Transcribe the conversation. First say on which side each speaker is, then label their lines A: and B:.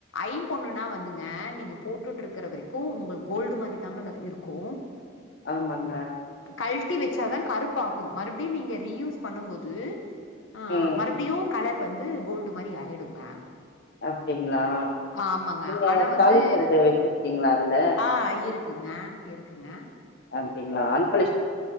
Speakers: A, on the left; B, on the left.
A: ஐம்பொண்ணுன்னா வந்துங்க நீங்க போட்டுட்டு இருக்கற வரைக்கும் உங்க கோல்டு மாதிரி தாங்க இருக்கும்
B: ஆமாங்க
A: கழட்டி வச்சாதான் கருப்பாகும் மறுபடியும் நீங்க ரீயூஸ் பண்ணும்போது ஆ
B: ம்
A: மறுபடியு கலர் வந்து கோல்டு மாரி ஆயிடுங்க
B: அப்டிங்களா?
A: ஆமாங்க
B: நீங்க
A: ஆனா வந்து
B: தாலிசரடு வச்சிருக்கீங்களா அதுல?
A: ஆ இரு க்குங்க இருக்குங்க
B: அப்டிங்களா அன்